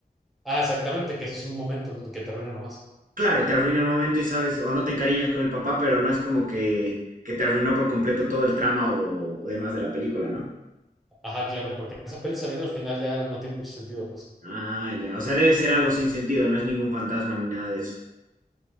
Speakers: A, in the centre; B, on the right.
A: Ah, exactamente, que ese es un momento en que te arruina nomás.
B: Claro, te arruina el momento y sabes, o no te encariñas con el papá, pero no es como que, que te arruinó por completo todo el trama o, o demás de la película, ¿no?
A: Ajá, claro, porque esa peli sabiendo el final ya no tiene mucho sentido, pues.
B: Ah, ya. O sea, debe ser algo sin sentido, no es ningún fantasma ni nada de eso.